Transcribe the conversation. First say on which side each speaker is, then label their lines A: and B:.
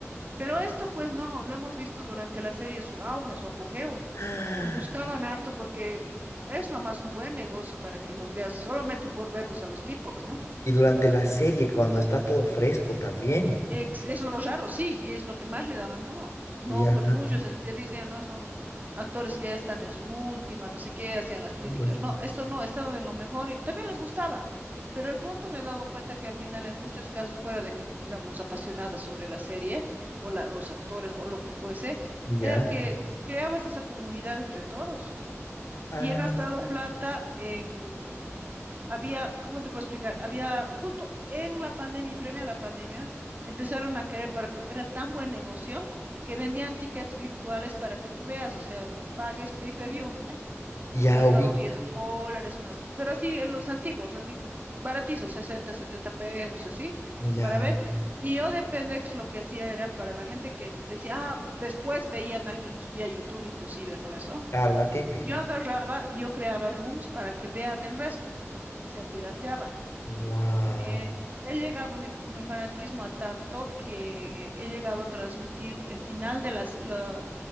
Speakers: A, on the right (about 35°); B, on the left (about 70°).
A: Pero esto, pues no, lo hemos visto durante la serie en su auge, en su apogeo,
B: <gasps>
A: y buscaban harto porque es nomás un buen negocio para que los veas, solamente por verlos a los tipos, ¿no?
B: Y durante la serie, cuando está todo fresco también.
A: Ex- Es lo raro, sí, y es lo que más le daban duro. No,
B: Ya,
A: porque muchos eh, te decían, no, son actores que ya están en su última, no sé qué, hacían las críticas.
B: sí, pues,
A: No, esto no, estaban en lo mejor y también les gustaba. Pero el punto me he dado cuenta que al final en muchos casos, fuera de que éramos apasionadas sobre la serie o la- los actores o lo que fuese,
B: ya.
A: era que creabas esa comunidad entre todos.
B: Ah,
A: Y he gastado plata en había, ¿cómo te puedo explicar? Había, justo en la pandemia y previa a la pandemia, empezaron a querer, porque era tan buen negocio, que vendían tickets virtuales para que tú veas, o sea, pagues pay-per-view, ¿no ve?
B: ya
A: He gastado
B: ubico,
A: 10 dólares, unas, pero así, en los antiguos, así, baratizos, 60 70 pesos, así,
B: ya.
A: para ver. Y yo de Pendex lo que hacía era para la gente que decía, ah, después veían a alguien, subía a YouTube inclusive, ¿no? Eso
B: Claro, la típica.
A: yo agarraba, y yo creaba rooms para que vean el resto, o sea, pirateaba.
B: Wow,
A: Eh, he llegado mi, f- mi fanatismo a tanto que he llegado a transmitir el final de las, la-